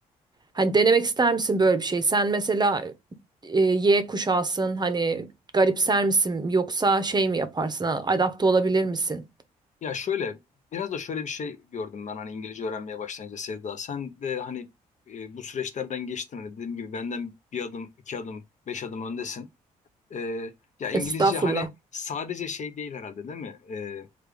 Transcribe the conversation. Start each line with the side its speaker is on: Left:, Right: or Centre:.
Right: Hani denemek ister misin böyle bir şey? Sen mesela e, Y kuşağısın hani garipser misin yoksa şey mi yaparsın? ha, Adapte olabilir misin?
Left: Ya şöyle biraz da şöyle bir şey gördüm ben hani İngilizce öğrenmeye başlayınca Sevda. Sen de hani e, bu süreçlerden geçtin. Hani dediğim gibi benden bir adım, iki adım, beş adım öndesin. Ee, ya İngilizce
Right: Estağfurullah.
Left: hani sadece şey değil herhalde değil mi? Ee,